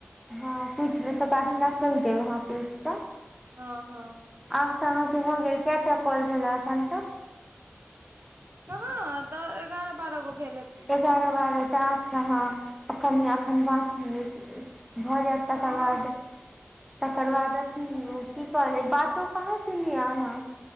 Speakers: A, in the centre; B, on the right.
A: हँ पूछले तऽ कारड हमरा कहि देब अहाँ पुस त
B: ह ह
A: अब तऽ हमरा के हो गेल, कै टा काल भेल एखन तक
B: कहाँ त एगारह बारह गो भेल हेत
A: एगारह बारहटा छै अहाँ अखन अखन बाकी भ जायत तकर
B: हँ
A: बाद तकर बाद कीयो कि कहले बातो कहाँ लिया अहाँ